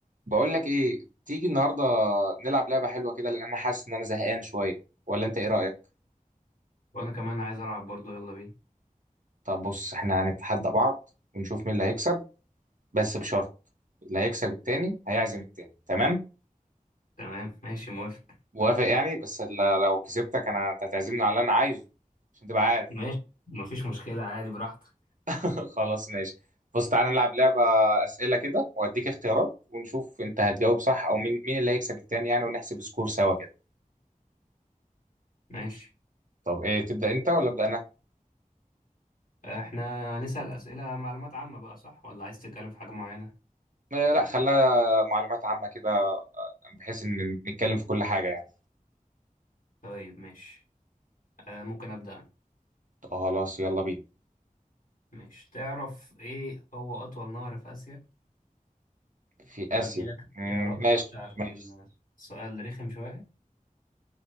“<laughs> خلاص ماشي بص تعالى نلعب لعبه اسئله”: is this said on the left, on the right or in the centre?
Right